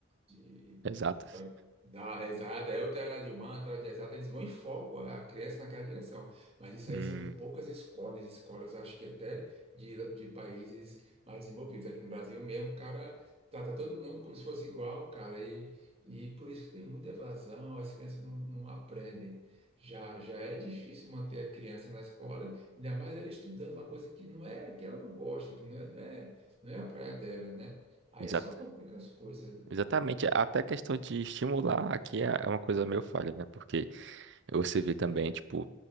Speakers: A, on the right; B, on the right.
A: de,
B: exatas.
A: de- vai dar, é exato, é o outra de humana, outra de exato eles vão em foco a criança naquela direção. Mas isso
B: Hum,
A: aí são poucas escolas, escolas acho que até de, de países mais desenvolvidos. Aqui no Brasil mesmo, o cara trata todo mundo como se fosse igual, cara, e, e por isso que tem muita evasão, as crianças não, não aprendem. Já, já é difícil manter a criança na escola, ainda mais ela estudando uma coisa que não é, que ela não gosta, que não é, não é, não é a praia dela, né? Aí
B: exatas.
A: só complica as coisas, né?
B: Exatamente, até a questão de estimular aqui é é uma coisa meio falha, né? Porque você vê também, tipo,